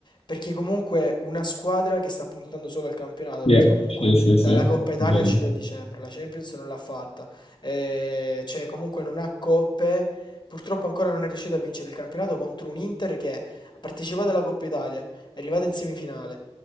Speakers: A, on the left (about 45°); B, on the left (about 70°).
A: Perché comunque una squadra che sta puntando solo al campionato,
B: Sì,
A: perché comunque
B: sì, sì,
A: dalla
B: sì, è
A: Coppa Italia
B: vero.
A: è uscita a dicembre, la Champions non l'ha fatta, eh, cioè comunque non ha coppe, purtroppo ancora non è riuscita a vincere il campionato contro un Inter che ha partecipato alla Coppa Italia, è arrivata in semifinale